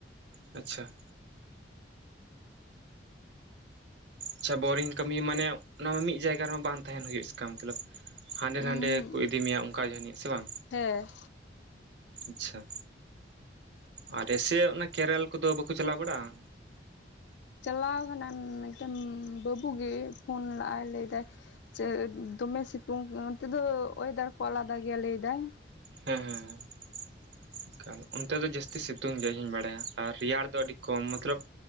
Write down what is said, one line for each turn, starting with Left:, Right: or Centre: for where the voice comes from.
Right: ᱟᱪᱪᱷᱟ ᱟᱪᱪᱷᱟ ᱵᱳᱨᱤᱝ ᱠᱟᱹᱢᱤ ᱢᱟᱱᱮ ᱚᱱᱟ ᱢᱟ ᱢᱤᱫ ᱡᱟᱭᱜᱟ ᱨᱮᱢᱟ ᱵᱟᱝ ᱛᱟᱦᱮᱸᱱ ᱦᱩᱭᱩᱜ ᱮᱥᱠᱟᱢ ᱢᱚᱛᱞᱚᱵ᱾ ᱦᱟᱸᱰᱮ
Left: ᱩᱸᱦᱩᱸ
Right: ᱱᱟᱰᱮ ᱠᱚ ᱤᱫᱤ ᱢᱮᱭᱟ ᱚᱱᱠᱟ ᱡᱟᱹᱱᱤᱡ ᱥᱮ ᱵᱟᱝ?
Left: ᱦᱮᱸ
Right: ᱟᱪᱪᱷᱟ ᱟᱨ ᱮᱥᱮ ᱚᱱᱮ ᱠᱮᱨᱮᱞ ᱠᱚᱫᱚ ᱵᱟᱠᱚ ᱪᱟᱞᱟᱣ ᱵᱟᱲᱟᱜ-ᱟ?
Left: ᱪᱟᱞᱟᱣ ᱠᱟᱱᱟᱭ ᱢᱤᱫᱴᱮᱱ ᱵᱟᱹᱵᱩ ᱜᱮ ᱯᱷᱳᱱ ᱞᱟᱜ ᱟᱭ ᱞᱟᱹᱭ ᱫᱟᱭ ᱪᱟᱹᱫ ᱫᱚᱢᱮ ᱥᱤᱸᱛᱩᱝ ᱚᱱᱛᱮ ᱫᱚ ᱳᱭᱮᱫᱟᱨ ᱠᱚ ᱟᱞᱟᱫᱟ ᱜᱮᱭᱟ ᱞᱟᱹᱭ ᱫᱟᱭ᱾
Right: ᱦᱮᱸ ᱦᱮᱸ ᱦᱮᱸ ᱮᱠᱟᱞ ᱚᱱᱛᱮ ᱫᱚ ᱡᱟᱹᱥᱛᱤ ᱥᱤᱸᱛᱩᱝ ᱜᱮᱭᱟᱭ ᱤᱧ ᱦᱚᱧ ᱵᱟᱲᱟᱭᱟ ᱟᱨ ᱨᱮᱭᱟᱲ ᱫᱚ ᱟᱹᱰᱤ ᱠᱚᱢ ᱢᱚᱛᱞᱚᱵ